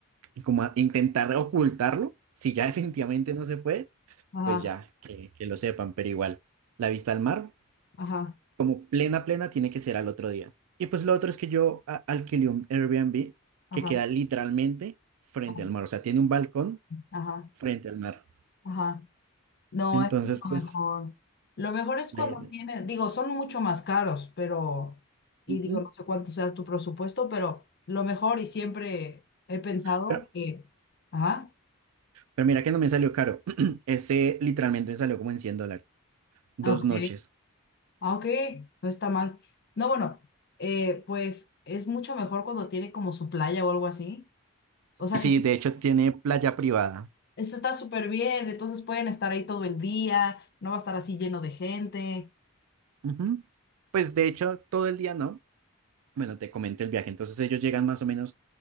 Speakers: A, on the right; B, on the left.
A: como a- intentar ocultarlo. Si ya <laughs> definitivamente no se puede,
B: Ajá,
A: pues ya, que, que lo sepan, pero igual, la vista al mar,
B: ajá,
A: como plena, plena, tiene que ser al otro día. Y pues lo otro es que yo a- alquilé un Airbnb
B: ajá,
A: que queda literalmente frente
B: ajá,
A: al mar, o sea, tiene un balcón
B: ajá.
A: frente al mar.
B: ajá. No,
A: Entonces,
B: esto es
A: pues,
B: lo mejor. Lo mejor es
A: la
B: cuando
A: idea-
B: tiene, digo, son mucho más caros, pero, y
A: Ujú.
B: digo, no sé cuánto sea tu presupuesto, pero lo mejor y siempre he pensado
A: Pero,
B: que, ajá,
A: pero mira que no me salió caro. <clears throat> Ese literalmente me salió como en 100 dólares. Dos
B: ah, ok,
A: noches.
B: ah, ok, no está mal. No, bueno, eh, pues es mucho mejor cuando tiene como su playa o algo así. O sea,
A: Y sí,
B: que
A: de hecho tiene playa privada.
B: Eso está súper bien, entonces pueden estar ahí todo el día, no va a estar así lleno de gente.
A: Ujú. Pues de hecho, todo el día no. Bueno, te comento el viaje. Entonces ellos llegan más o menos,